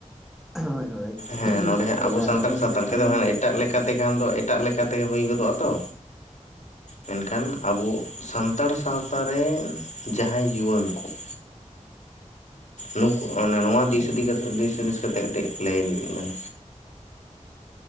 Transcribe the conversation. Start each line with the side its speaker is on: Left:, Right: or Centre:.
Centre: ᱦᱳᱭ ᱦᱳᱭ
Left: ᱦᱮᱸ ᱱᱚᱸᱰᱮᱟᱸ
Centre: ᱟᱫᱚ
Left: ᱟᱵᱚ
Centre: ᱡᱟ
Left: ᱥᱟᱱᱛᱟᱲ
Centre: ᱩᱰᱟᱹᱝ ᱞᱤᱧ
Left: ᱥᱟᱶᱛᱟ
Centre: ᱦᱟᱸᱜ
Left: ᱞᱮᱠᱟ
Centre: ᱠᱷᱟᱱ
Left: ᱫᱚ
Centre: ᱞᱤᱧ
Left: ᱢᱟᱱᱮ ᱮᱴᱟᱜ ᱞᱮᱠᱟᱛᱮ ᱠᱷᱟᱱ ᱫᱚ ᱮᱴᱟᱜ ᱞᱮᱠᱟ ᱛᱮᱜᱮ ᱦᱩᱭ ᱜᱚᱫᱚᱜᱼᱟ ᱛᱚ ᱢᱮᱱᱠᱷᱟᱱ ᱟᱵᱚ ᱥᱟᱱᱛᱟᱲ ᱥᱟᱶᱛᱟ ᱨᱮᱱ ᱡᱟᱦᱟᱸᱭ ᱡᱩᱣᱟᱹᱱ ᱠᱚ- ᱱᱩᱠᱩ ᱢᱟᱱᱮ ᱱᱚᱣᱟ ᱫᱤᱥ
Centre: ᱦᱳᱭ
Left: ᱫᱤᱥ ᱦᱩᱫᱤᱥ ᱠᱟᱛᱮ ᱠᱟᱹᱴᱤᱡ ᱞᱟᱹᱭ ᱵᱮᱱ?